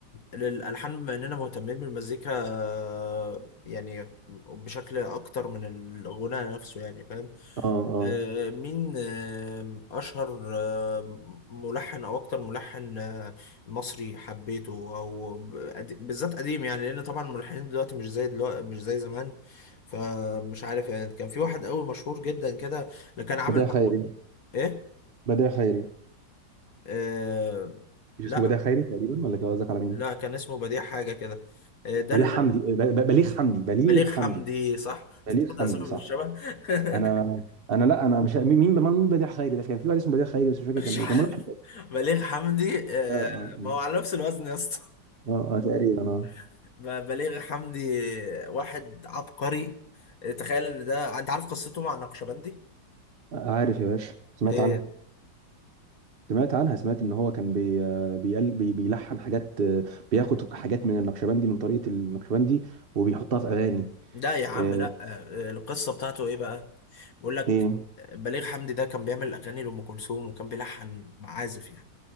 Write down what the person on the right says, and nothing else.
اه اه
بديع
خيري
بديع خيري
مش
اسمه بديع خيري تقريبا ولا قصدك على مين؟
بديع
حمدي آه، ب- ب- بليغ حمدي بليغ
حمدي
بليغ
حمدي
صح
انا
انا لا انا مش مين مين مين بديع خيري ده كان في واحد اسمه بديع خيري بس مش فاكر
كان ايه
كان ملحن
اه اه
اه آه، تقريبا اه
آه، عارف يا باشا سمعت
عنها سمعت عنها سمعت ان هو كان بي آه، بيقل بي بيلحن حاجات آه، بياخد حاجات من النقشبندي من طريقة النقشبندي وبيحطها في اغاني
آه،
ايه